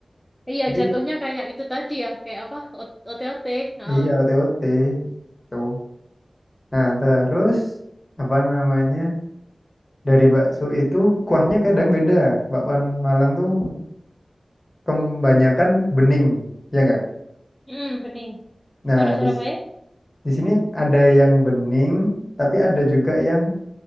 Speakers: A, in the centre; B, on the left (about 25°).
A: Iya
B: Jadi
A: jatuhnya kayak itu tadi ya. Kayak apa? O- OTOT. Heeh.
B: iya otot Tuh. Nah, terus apa namanya? Dari bakso itu kuahnya kadang beda. Bakwan Malang tuh kebanyakan bening, ya nggak?
A: Mm, bening.
B: Nah,
A: Kalau di Surabaya?
B: di di sini ada yang bening, tapi ada juga yang